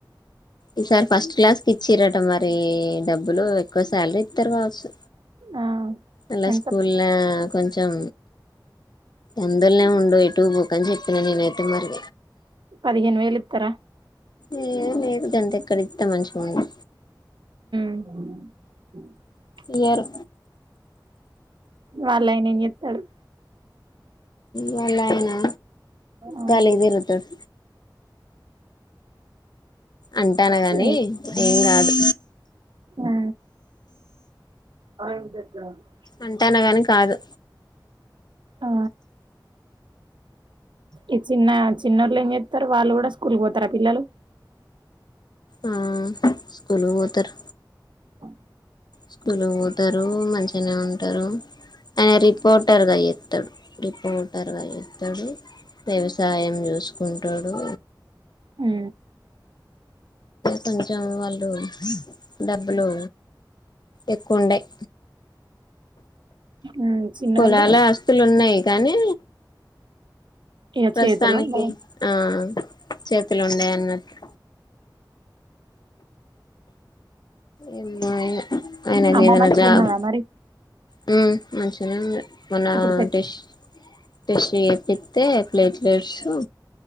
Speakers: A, on the left; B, on the right.
A: ఈసారి ఫస్ట్ క్లాస్ కి ఇచ్చిరట మరి డబ్బులు ఎక్కువ శాలరీ ఇస్తారు కావచ్చు
B: ఆ
A: అలా
B: ఎంత
A: స్కూల్ ల కొంచెం అందులనే ఉండు ఎటుూ పోకు అని చెప్పినా నేనైతే మరి
B: పదిహేను వేలు ఇతార
A: ఏ లేదు అంత ఎక్కడి ఇస్తే మంచిగా ఉండు
B: <inaudible>
A: ఇయరు
B: వాళ్ళయిన ఏం చెస్తారు
A: వాళ్ళ అయనా
B: ఆ
A: గాలికి తిరుగుతాడు అంటాను గాని
B: చి
A: ఏం కాదు
B: ఆ అ <unintelligible>
A: అంటాను కాని కాదు
B: ఆ ఈ చిన్న చిన్నోళ్ళు ఏమి చే స్తారు వాళ్ళు కూడా స్కూల్ పోతారా పిల్లలు
A: ఆ స్కూల్ పోతారు
B: ఓ
A: స్కూల్ పోతారు మంచిగానే ఉంటారు ఆయన రిపోర్టర్గా చేస్తాడు రిపోర్టర్గా చేస్తాడు వ్యవసాయం చూసుకుంటాడు
B: ఉ
A: కొంచెం వాళ్ళు డబ్బులు ఎక్కువుండయ్
B: ఉమ్ చిన్నోళ్ళు
A: పొలాల ఆస్తులు ఉన్నాయి కానీ
B: ఇగ
A: ప్రస్తుతానికి
B: చేతులు ఉండవు
A: ఆ చేతులు ఉండాయన్నట్లు ఏం మా ఆయన ఆయనకు
B: అమ్మ
A: ఏదైన
B: మంచిగున్నదా
A: జాబ్
B: మరి
A: హుమ్ మంచిగానే ఉంది మన
B: ఇప్పుడు సెట్
A: డిష్ డిష్ ఏపిస్తే ప్లేట్లేట్లు